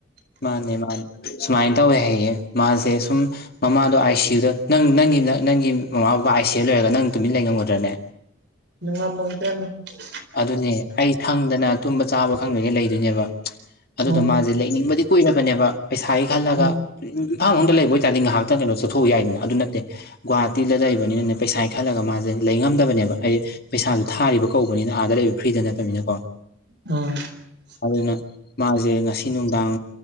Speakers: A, on the left (about 50°); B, on the right (about 55°).
A: ꯃꯥꯅꯦ ꯃꯥꯅꯦ ꯁꯨꯃꯥꯏꯅ ꯇꯧꯋꯦ ꯍꯥꯏꯌꯦꯌꯦꯦ ꯃꯥꯁꯦ ꯁꯨꯝ ꯃꯃꯥꯗꯣ ꯑꯥꯏ ꯁꯤꯌꯨꯗ ꯅꯪ ꯅꯪ ꯅꯪ ꯅ ꯅꯪꯒꯤ ꯃꯃꯥ ꯕꯕꯥ ꯑꯥꯏ ꯁꯤ ꯑꯦ ꯂꯣꯏꯔꯒ ꯅꯪ ꯇꯨꯃꯤꯟꯅ ꯂꯩꯉꯝꯒꯗ꯭ꯔꯅꯦ
B: <unintelligible>
A: ꯑꯗꯨꯅꯦ ꯑꯩ ꯁꯪꯗꯅ ꯇꯨꯝꯕ ꯆꯥꯕ ꯈꯪꯗꯉꯩ ꯂꯩꯗꯣꯏꯅꯦꯕ ꯑꯗꯨꯗꯣ
B: ꯎꯝ
A: ꯃꯥꯁꯦ ꯂꯩꯅꯤꯡꯕꯗꯤ ꯀꯨꯏꯔꯕꯅꯦꯕ ꯄꯩꯁꯥꯒꯤ ꯈꯜꯂꯒ
B: ꯎꯝ
A: ꯎ ꯐꯝꯥꯝ ꯑꯃꯝꯗ ꯂꯩꯕ ꯑꯣꯏꯕꯥꯔꯗꯤ ꯉꯥꯏꯍꯥꯛꯇ ꯀꯩꯅꯣ ꯆꯠꯊꯣꯛꯎ ꯌꯥꯏꯗꯅ ꯑꯗꯨ ꯅꯠꯇꯦ ꯒꯨꯍꯥꯇꯤꯗ ꯂꯩꯕꯅꯤꯅꯅꯦ ꯄꯩꯁꯥ ꯈꯜꯂꯒ ꯃꯥꯁꯦ ꯂꯩ ꯉꯝꯗꯕꯅꯦꯕ ꯍꯥꯏꯗꯤ ꯄꯩꯁꯥꯁꯨ ꯊꯥꯔꯤꯕ ꯀꯧꯕꯅꯤꯅ ꯑꯥꯗ ꯂꯩꯕ ꯐ꯭ꯔꯤꯗ ꯅꯠꯇꯕꯅꯤꯅꯀꯣ
B: <unintelligible>
A: ꯑꯗꯨꯅ ꯃꯥꯁꯦ ꯉꯁꯤ ꯅꯨꯡꯗꯥꯡ